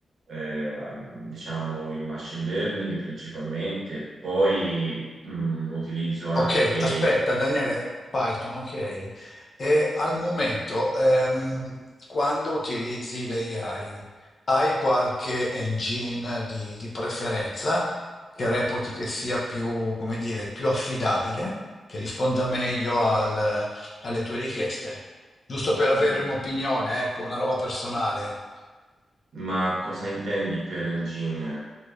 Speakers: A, on the right; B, on the left.
A: eh, diciamo, il machine learning principalmente, poi mh, utilizzo anche...
B: Ok, aspetta Daniele, Python, ok. E al momento, ehm, quando utilizzi l'AI, hai qualche engine di, di preferenza che reputi che sia più, come dire, più affidabile, che risponda meglio al- alle tue richieste? Giusto per avere
A: mm,
B: un'opinione, ecco, una roba personale.
A: Ma cosa intendi per engine?